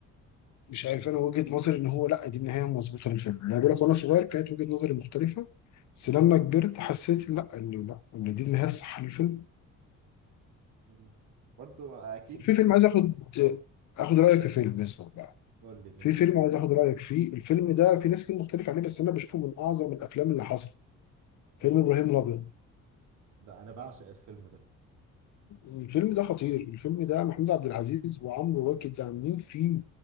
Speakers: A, on the left (about 70°); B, on the right (about 80°).
A: مش عارف انا وجهه نظري ان هو لا دي النهايه المظبوطه للفيلم انا بقول لك وانا صغير كانت وجهه نظري مختلفه بس لما كبرت حسيت لا ان لا ان دي النهايه الصح للفيلم
B: مم. برضه اكيد
A: في
B: مش
A: فيلم عايز اخد اخد رايك في فيلم اسمه
B: تقول لي ماشي
A: في فيلم عايز اخد رايك فيه الفيلم ده في ناس كتير مختلف عليه بس انا بشوفه من اعظم الافلام اللي حصلت فيلم ابراهيم الابيض
B: ده انا بعشق الفيلم ده
A: الفيلم ده خطير الفيلم ده محمود عبد العزيز وعمرو واكد عاملين فيه